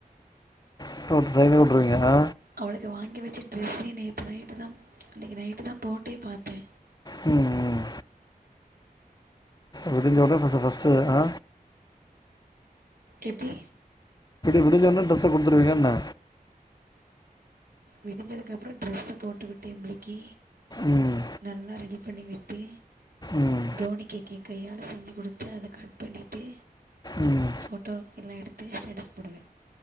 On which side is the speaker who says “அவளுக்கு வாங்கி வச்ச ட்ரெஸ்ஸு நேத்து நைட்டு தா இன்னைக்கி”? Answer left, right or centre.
Right